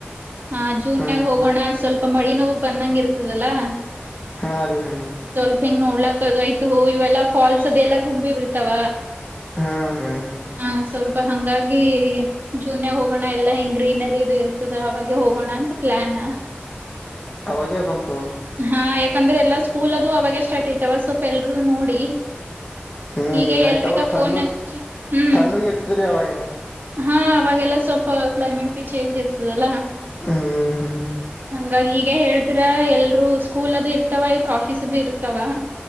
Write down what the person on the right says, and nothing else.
ಹ ಜೂನ್ಗ
ಹೋಗೋಣ ಸ್ವಲ್ಪ ಮಳೆ ನೋವು ಬಂದಂಗ ಇರ್ತದಲ್ಲಾ
ಸ್ವಲ್ಪ ಹಿಂಗ್ ನೋಡ್ಲಕ್ ಆಯ್ತು ಇವೆಲ್ಲಾ ಫಾಲ್ಸ್ ಅದೆ ಎಲ್ಲಾ ತುಂಬಿ ಇರ್ತಾವ
ಹಾ ಸ್ವಲ್ಪ ಹಂಗಾಗಿ ಜೂನ್ಹೋಗೋಣ ಎಲ್ಲಾ ಹಿಂಗ್ ಗ್ರೀನರಿ ಇದು ಇರ್ತದೆ ಆಾಗೆ ಹೋಗೋಣ ಅಂತ ಪ್ಲಾನ್
ಹಾ ಯಾಕಂದ್ರೆ ಎಲ್ಲಾ ಸ್ಕೂಲ್ ಅದು ಅವಾಗೆ ಸ್ಟಾರ್ಟ್ ಐತವ ಸ್ವಲ್ಪ ಎಲ್ರು ನೋಡಿ
ಈಗ
ಎಲ್ರಿಗ
ಫೋನ್
ಹಿ ಹ್ಮ್
ಹಾ ಅವಾಗೆಲ್ಲ ಸ್ವಲ್ಪ ಕ್ಲಮೇಟ್ ಬಿ ಚೇಂಜ್ ಇರ್ತದಲ್ಲಾ
ಹಂಗಾಗಿ ಈಗ ಹೇತರ ಎಲ್ರು ಸ್ಕೂಲ್ ಅದು ಇರ್ತವ ಆಯ್ತಾ ಆಫೀಸ್ ರುತ್ತವಾ